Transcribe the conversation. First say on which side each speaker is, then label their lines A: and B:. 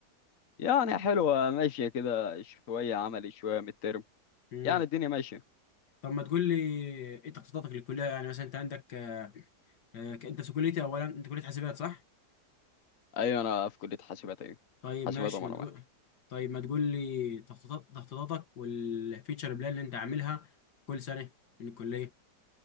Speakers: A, on the left (about 55°); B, on the left (about 80°).
A: يعني حلوه ماشيه كده شويه عملي شويه من الترم
B: مم.
A: يعني الدنيا ماشيه
B: طب ما تقول لي ايه تخطيطاتك للكلية يعني مثلا أنت عندك آه آه أنت في كليتي أولا أنت كلية حاسبات صح؟
A: ايوه انا في كليه حاسبات ايوه
B: طيب
A: حاسبات
B: ماشي
A: ومعلومات
B: ما تقول طيب ما تقول لي تخطيطات تخطيطاتك والفيتشر بلان اللي أنت عاملها في كل سنة من الكلية